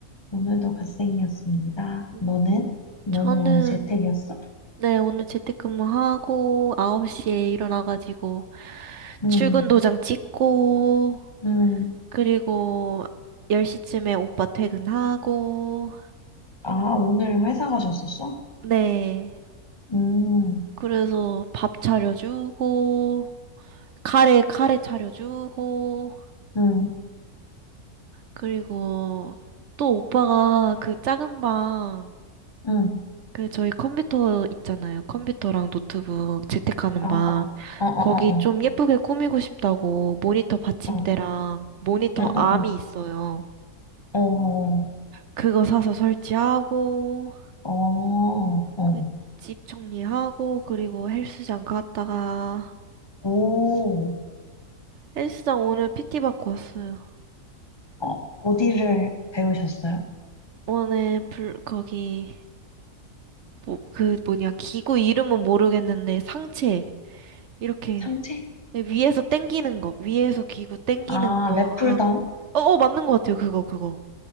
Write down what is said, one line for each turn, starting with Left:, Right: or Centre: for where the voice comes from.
Left: 오늘도 갓생이었습니다
Right: 음,
Left: 너는? 너는
Right: 저는,
Left: 오늘 재택이었어?
Right: 네, 오늘 재택근무하고, 9시에 일어나가지고,
Left: 음,
Right: 출근 도장 찍고,
Left: 음.
Right: 그리고 10시쯤에 오빠 퇴근하고,
Left: 아 오늘 회사 가셨었어?
Right: 네.
Left: 음,
Right: 그래서 밥 차려주고, 카레, 카레 차려주고,
Left: 음,
Right: 그리고 또 오빠가 그 작은 방,
Left: 음.
Right: 그 저희 컴퓨터 있잖아요. 컴퓨터랑 노트북 재택하는
Left: 어,
Right: 방.
Left: 어, 어, 어,
Right: 거기 좀
Left: 어.
Right: 예쁘게 꾸미고 싶다고 모니터 받침대랑
Left: 어.
Right: 모니터
Left: 응,
Right: 암이
Left: 응, 응.
Right: 있어요.
Left: 어,
Right: 그거 사서 설치하고
Left: 어, 어. 어.
Right: 그 집 정리하고 그리고 헬스장 갔다가
Left: 오,
Right: 헬스장 오늘 PT 받고 왔어요.
Left: 어, 어디를 배우셨어요?
Right: 오늘 불 거기 뭐 그 뭐냐 기구 이름은 모르겠는데 상체 이렇게
Left: 상체?
Right: 위에서 당기는 거 위에서 기구 당기는
Left: 아,
Right: 거
Left: 랩풀다운?
Right: 어, 어, 맞는 것 같아요. 그거, 그거.